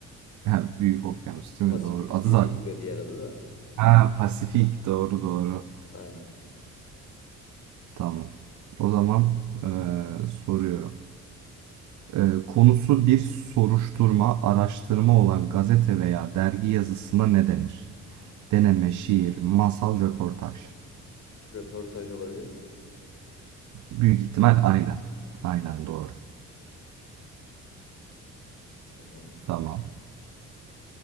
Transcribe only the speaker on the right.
Ha, Büyük okyanus değil
mi? Doğru. Adı
zaten.
Ha, Pasifik. Doğru doğru.
Tamam. O zaman eee, soruyorum. Eee, konusu bir soruşturma, araştırma olan gazete veya dergi yazısına ne denir? Deneme, şiir, masal, röportaj.
Büyük ihtimal aynen. Aynen doğru.
Tamam.